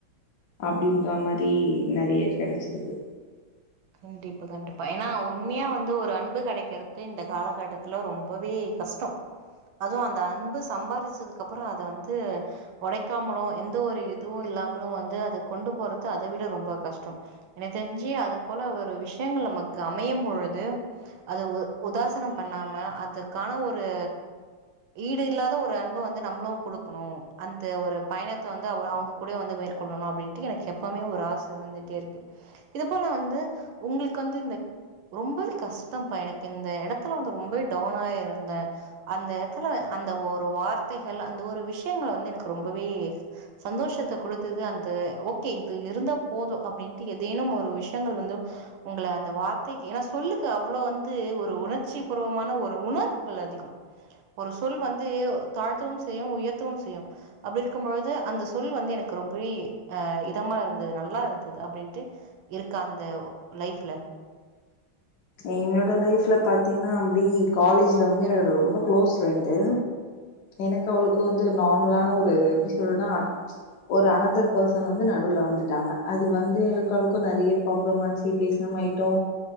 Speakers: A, on the left; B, on the right.
A: அப்டின்ற மாரி நிறைய கிடைச்சிருக்கு
B: கெண்டிப்பா கண்டிப்பா ஏன்னா ஒன் உண்மையா வந்து ஒரு அன்பு கெடைக்கறத்து இந்த காலகட்டத்துல ரொம்பவே கஷ்டம் அதுவூ அந்த அன்பு சம்பாரிச்சதுக்கு அப்புறோ அத வந்து ஒடைக்காமலூ எந்த ஒரு இதுவூ இல்லாமலும் வந்து அத கொண்டு போறத அத விட ரொம்ப கஷ்டோ எனக் தெரிஞ்சு அது போல ஒரு விஷயங்கள் நமக்கு அமையும் பொழுது அது ஓ உதாசனம் பண்ணாம அதுக்கான ஒரு ஈடு இல்லாத ஒரு அன்பு வந்து நம்மளூ கொடுக்கணூ அந்த ஒரு பயணத்தை வந்து அவங்க கூட வந்து மேற்க் கொள்ளணூ அப்படின்ட்டு எனக்கு எப்பவுமே ஒரு ஆச இருந்துட்டே இருக்கு இது போல வந்து உங்களுக்கு வந்து இந்த ரொம்பவே கஷ்டம்ப்பா எனக்கு இந்த இடத்துல வந்து ரொம்பவே டவுன் ஆயிருந்தே அந்த எட்த்துல அந்த ஒரு வார்த்தைகள் அந்த ஒரு விஷயங்கள் வந்து எனக்கு ரொம்பவே சந்தோஷத்தை கொடுத்தது அந்த ஓகே இது இருந்தா போதூ அப்படின் பத்தி ஏதேனும் ஒரு விஷயங்கள் வந்து உங்கள அந்த வார்த்தைக்கி ஏன்னா சொல்லுக்கு அவ்ளோ வந்து ஒரு உணர்ச்சி பூர்வமான ஒரு உணர்வுகள் அதிகம் ஒரு சொல் வந்து தாழ்த்தவூ செய்யூ உயர்த்தவூ செய்யூ அப்படி இருக்கும்பொழுது அந்த சொல் வந்து எனக்கு ரொம்பவே அஹ் இதமா இருந்தது நல்லா இருந்தது அப்டின் த்து இருக்க அந்த லைஃப்ல
A: என்னோட லைஃப்ல பாத்தீங்ன்னா அப்டி காலேஜ்ல வந்து என்னோட ரொம்ப க்ளோஸ் ஃப்ரெண்டு எனக்கூ அவளுக்கூ வந்து நார்மலான ஒரு எப்டி சொல்லனுன்னா ஒரு அனதர் பெர்சன் வந்து நடுவுல வந்துட்டாங்க அது வந்து எங்களுக்கூ அவுளுக்கூ நெறையப் ப்ராப்ளம் ஆச்சு பேசாம ஆயிட்டோ